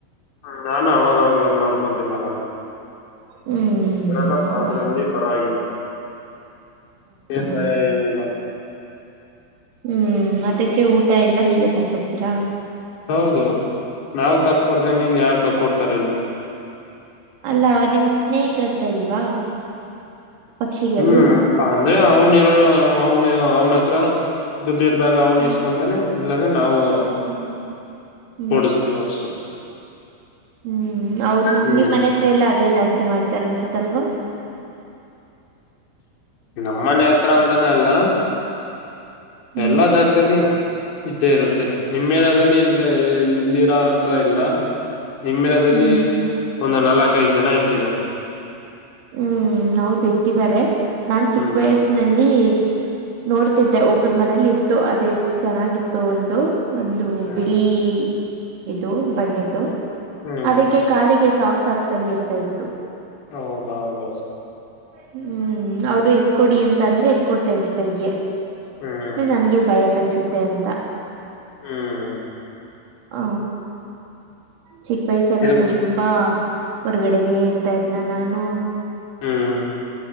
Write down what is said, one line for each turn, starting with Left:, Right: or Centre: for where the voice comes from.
Left: ಹ ನಾನು ಅವಾಗ ಅವಾಗ ಬಂದ್ ನೋಡ್ಕೊತೀನ.
Right: ಹ್ಮ್
Left: ಅದ್ರಲ್ಲ ಅದ್ರಲ್ಲಿ
Right: ಹೌದು
Left: ಪರವಾಗಿಲ್ಲ. ಏನ್ ಭಯ
Right: ಹ
Left: ಏನು ಇಲ್ಲ.
Right: ಹ್ಮ್ ಅದಕ್ಕೆ ಊಟ ಎಲ್ಲಾ ನೀವೇ ತಕ್ಕೊಡ್ತೀರಾ.
Left: ಹೌದು ನಾವ್ ತಕ್ಕೊಡ್ದಂಗ ಇನ್ ಯಾರ್ ತಕ್ಕೊಡ್ತಾರೆಲಿ.
Right: ಅಲ್ಲಾ ನಿಮ್ ಸ್ನೇಹತ್ರರತ್ರ ಇಲ್ವಾ. ಪಕ್ಷಿಗಳು
Left: ಹ್ಮ್ ಅಂದ್ರೆ ಅವನ ಇರ ಅವನ ಅವನತ್ರ ದುಡ್ ರ್್ದಾಗ ಅವನು
Right: ಹ್ಮ್
Left: ಇಸ್ಕೊಂತಾನೆ ಇಲ್ಲಂದೆ ನಾವು
Right: ಹ್ಮ್ ಹ್ಮ್
Left: ಓಡಿಸ್ತೀವ ಅಷ್ಟೆ.
Right: ಹ್ಮ್ ಅವ್ರಗ
Left: ಹ್ಮ್
Right: ನಿಮ್ ಮನೆ ಹತ್ರ ಎಲ್ಲಾ ಅದೇ ಜಾಸ್ತಿ ಮಾಡ್ತ ತರಂಸ ತಲ್ವಾ
Left: ನಮ್ಮನೆೇ ಹತ್ರ ಅಂತಾನ ಅಲ್ಲ ಪಲ್ಲ
Right: ಹ್ಮ್
Left: ಜಾಗದ ನೀ ಇದ್ದೇ ಇರುತ್ತೆ ನಿಮ್ಮೆಲ್ಲದಲ್ಲಿ ಇಲ್ಲ ಇಲ್ಲಿಿರಾ ಅಂತ ಇಲ್ಲ ಹಿಮೆಲದಲ್ಲಿ
Right: ಹ್ಮ್
Left: ಒಂದು ನಾಲ್ಕ ಐದು ಜನ ಇಟ್ಟಿದ್ದಾರೆ
Right: ಹ್ಮ್ ಹೌದು್ ಇಕ್ಕಿದ್ದಾರೆ ನಾನ್ ಚಿಕ್ಕ
Left: ಹ್ಮ್
Right: ವಯಸ್ಸಿನಲ್ಲಿ ನೋಡ್ತಿದ್ದೆ ಒಬ್ಬರ ಮನೇಲಿ ಇತ್ತು ಅದ ಎಷ್ಟು ಚೆನ್ನಾಗಿತ್ತು ಒಂದು ಒಂದು
Left: ಹ್ಮ್
Right: ಬಿಳಿ ಇದು ಬಣ್ಣದ್ದು
Left: ಹ್ಮ್
Right: ಅದಕ್ಕೆ ಕಾಲಿಗೆ ಸಾಕು ಸಕ್ತಂಗ ಇರ್ತಾ ಇತ್ತು
Left: ಓ ಬಾ ಬ
Right: ಹ್ಮ್ ಅವರು ಎತ್ಕೊಡಿ ಅಂತ ಅಂದ್ರೆ ಎತ್ಕ ಕೊಡ್ತಾ ಇದ್ರು ಕೈಗೆ
Left: ಹ್ಮ್
Right: ಅ ನನ್ಗೆ ಭಯ ಕಚ್ಚುತ್ತೆ ಅಂತ
Left: ಹ್ಮ್
Right: ಹ ಚಿಕ್ಕ ವಯಸ್ಸಲ್ಲಿ
Left: ಇದು
Right: ತುಂಬಾ ಹೊರಗಡೆನೆೇ ಇರ್ತಾ ಇದನ ನಾನು
Left: ಹ್ಮ್